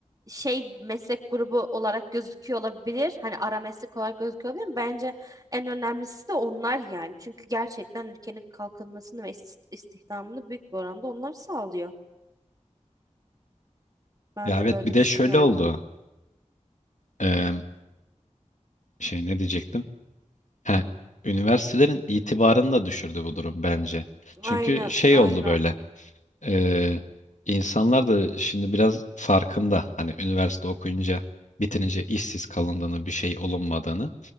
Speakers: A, on the right; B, on the left.
A: şey meslek grubu olarak gözüküyor olabilir. Hani ara meslek olarak gözüküyor olabilir. ama Bence en önemlisi de onlar yani. Çünkü gerçekten ülkenin kalkınmasını ve ist- istihdamını büyük bir oranda onlar sağlıyor. Ben
B: Ya
A: de
B: evet
A: böyle
B: bir de
A: düşünüyorum.
B: şöyle oldu. Eee, şey ne diyecektim? Ha, üniversitelerin itibarını da düşürdü bu durum bence. Çünkü
A: Aynen,
B: şey
A: aynen,
B: oldu böyle. eee, insanlar da şimdi biraz farkında. Hani üniversite okuyunca bitirince işsiz kalındığını, bir şey olunmadığını.